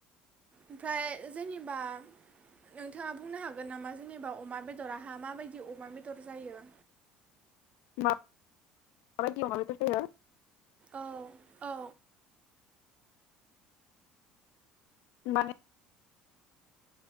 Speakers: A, on the right; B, on the left.
A: ओमफ्राय जेनेबा नोंथाङा बुंनो हागोन नामा जेनेबा अमा बेदराहा माबायदि अमा बेदर जायो?
B: माब बादि अमा बेदर जायो?
A: औ औ।
B: माने।